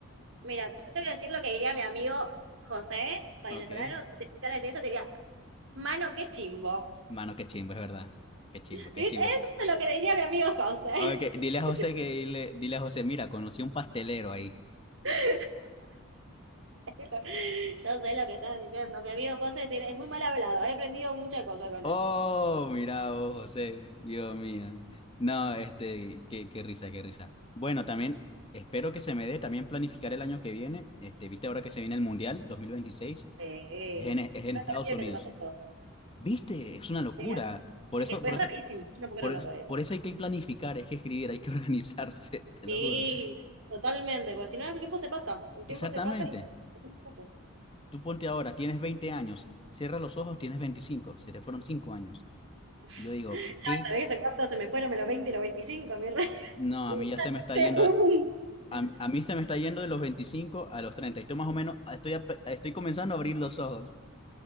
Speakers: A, on the right (about 60°); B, on the left (about 25°).
A: Mira, yo te voy a decir lo que diría mi amigo José, venezolano.
B: Ok.
A: Si te escuchara decir eso, te diría, mano, qué chimbo.
B: Mano, qué chimbo, es verdad. Qué chimbo,
A: <laughs> ¿Viste?
B: qué
A: Eso
B: chimbo.
A: es lo que diría mi amigo José.
B: Ok, dile a José
A: <laughs>
B: que dile, dile a José, mira, conocí un pastelero ahí.
A: <laughs> Yo sé lo yo sé lo que estás diciendo. Mi amigo José tiene- es muy mal hablado. He aprendido muchas cosas con
B: Oh,
A: él.
B: mira vos, José, Dios mío. No, este, qué, qué risa, qué risa. Bueno, también espero que se me dé también planificar el año que viene. Este, viste ahora que se viene el Mundial 2026,
A: Sí.
B: es en, es en
A: Lo
B: Estados
A: rápido
B: Unidos.
A: que se pasa todo.
B: Viste, es una locura.
A: Mira.
B: Por
A: Es,
B: eso, por
A: es
B: eso,
A: rapidísimo. Yo no puedo creerlo
B: por eso,
A: todavía.
B: por eso hay que planificar, hay que escribir, hay que organizarse, <laughs> te
A: Sí,
B: lo juro.
A: totalmente. Porque si no, el tiempo se pasa. El tiempo
B: Exactamente.
A: se pasa y y cosas. <laughs>
B: tú ponte ahora, tienes 20 años, cierra los ojos, tienes 25, se te fueron 5 años.
A: Ah,
B: Y yo digo, ¿qué?
A: ¿Sabés hace cuánto se me fueron los 20, y los 25, mi rey?
B: No,
A: <laughs>
B: a mí ya se me está
A: Según.
B: yendo, a,
A: Yo
B: a mí se me está yendo de los 25 a los 30. Estoy más o menos, estoy, ap- estoy comenzando a abrir los ojos.